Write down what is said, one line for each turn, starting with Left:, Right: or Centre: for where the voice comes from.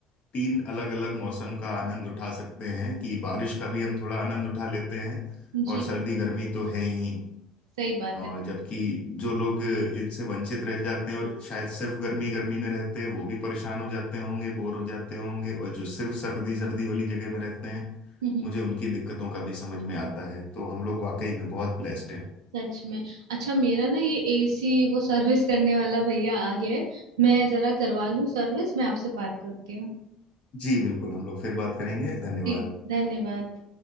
Left: तीन अलग अलग मौसम का आनंद उठा सकते हैं कि बारिश का भी हम थोड़ा आनंद उठा लेते हैं
Right: <laughs> जी
Left: और सर्दी गर्मी तो है ही
Right: सही बात
Left: और
Right: है
Left: जबकि जो लोग इनसे वंचित रह जाते हैं और शायद सिर्फ गर्मी गर्मी में रहते हैं वो भी परेशान हो जाते होंगे बोर हो जाते होंगे और जो सिर्फ सर्दी सर्दी वाली जगह में रहते हैं
Right: हम्म, हम्म,
Left: मुझे उनकी दिक्कतों का भी समझ में आता है तो हम लोग वाकई में बहुत ब्लेस्ड हैं
Right: सच में अच्छा मेरा ना ये एसी वो सर्विस करने वाला भैया आ गया है मैं जरा करवा लूँ सर्विस मैं आपसे बात करती हूँ
Left: जी बिल्कुल हम लोग फिर बात करेंगे धन्यवाद
Right: जी धन्यवाद